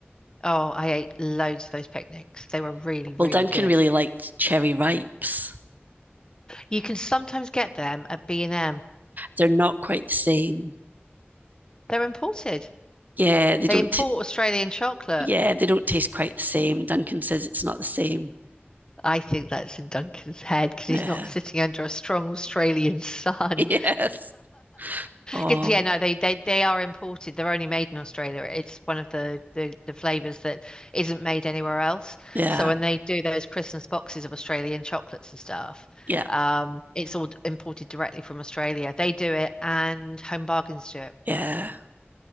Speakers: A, on the left; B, on the right.
A: Oh, I ate loads of those picnics. They were really, really
B: Well, Duncan
A: good.
B: really liked cherry ripes.
A: You can sometimes get them at B&M.
B: They're not quite the same.
A: They're imported.
B: Yeah, they don't.
A: They import
B: t-
A: Australian chocolate.
B: Yeah, they don't taste quite the same. Duncan says it's not the same.
A: I think that's in Duncan's head because he's
B: Yeah.
A: not sitting
B: <laughs>
A: under a strong Australian sun.
B: Yes. Oh,
A: Because <laughs> yeah, no, they they they are imported. They're only made in Australia. It's one of the the, the flavors that isn't made anywhere else.
B: yeah.
A: So when they do those Christmas boxes of Australian chocolates and stuff,
B: Yeah.
A: um, it's all imported directly from Australia. They do it, and Home Bargains do it.
B: Yeah.